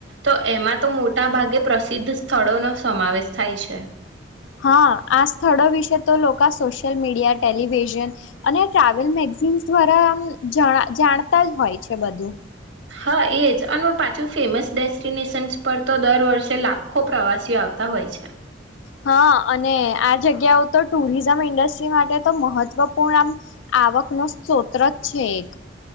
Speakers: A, on the right; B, on the left.
A: તો એમાં તો મોટા ભાગે પ્રસિદ્ધ સ્થળોનો સમાવેશ થાય છે.
B: હા, આ સ્થળો વિશે તો લોકા સોશિયલ મીડિયા, ટેલિવિઝન અને ટ્રાવેલ મેગઝિન્સ દ્વારા આમ જાણતા જ હોય છે બધું.
A: હા, એજ અમાં પાછું ફેમસ ડેસ્ટિનેશન્સ પર તો દર વર્ષે લાખો પ્રવાસીઓ આવતા હોય છે.
B: હા, અને આ જગ્યાઓ તો ટુરિઝમ ઇન્ડસ્ટ્રી માટે તો મહત્વપૂર્ણ આમ આવકનો સ્રોતજ છે એક.